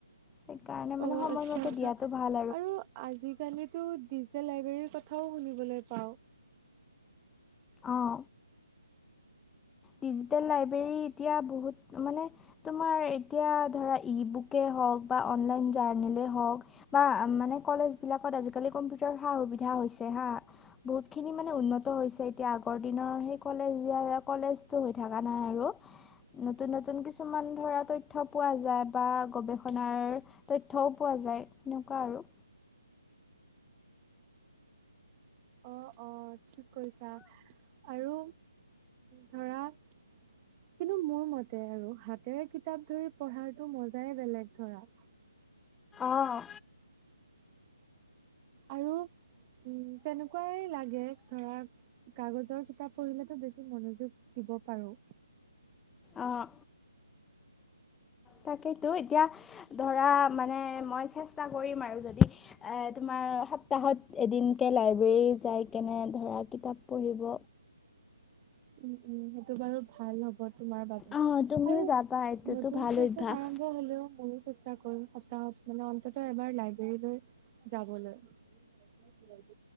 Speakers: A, in the centre; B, on the right.
A: সেইকাৰণে মানে
B: অ
A: সময়মতে
B: আচ্ছা আচ্ছা
A: দিয়াটো ভাল
B: আৰু আজিকালিতো ডিজিটেল লাইব্ৰেৰী কথাও শুনিবলৈ পাওঁ।
A: অহ। ডিজিটেল লাইবেৰি এতিয়া বহুত মানে তোমাৰ এতিয়া ধৰা ইবুকে বা অনলাইন জাৰ্নিলে হওক বা মানে কলেজ বিলাকত আজিকালি কম্পিউটাৰ সা সুবিধা। হৈছে হা বহুত খিনি মানে উন্নত হৈছে এতিয়া আগৰ দিনৰ সেই কলেজীয়া কলেজ। টো হৈ থাকা নাই আৰু। নতুন নতুন কিছুমান ধৰা তথ্য পোৱা যায় বা গৱেষণাৰ তথ্যও পোৱা যায়। যায় তেনেকুৱা আৰু।
B: <unintelligible> অ অঁ ঠিক কৈছা আৰু ধৰা। কিন্তু মোৰ মতে আৰু হাতেৰে কিতাপ ধৰি পঢ়াটো মজাই বেলেগ ধৰা।
A: অঁ
B: আৰু উম তেনেকুৱাই লাগে ধৰা। কাগজৰ কিতাপ পঢ়িলেতো বেছি মনোযোগ দিব পাৰো।
A: আহ, তাকেইতো এতিয়া ধৰা মানে মই চেষ্ট টা কৰিম আৰু যদি এ তোমাৰ সপ্তাহত এদিনকে লাইব্ৰেৰী যাই কেনে ধৰা বা কিতাপ পঢ়িব।
B: উ। <inaudible> উম উম, সেইটো বাৰু ভাল হব তোমাৰ বাবে
A: অঁ তুমিও
B: আৰু
A: যাবা এইটোতো
B: নতুন
A: ভাল
B: চেচন
A: অভ্যাস
B: আৰম্ভ হলেও মোৰো চেষ্টা কৰিম সপ্তাহত মানে তাতে এবাৰ লাইব্ৰেৰীলৈ যাবলৈ।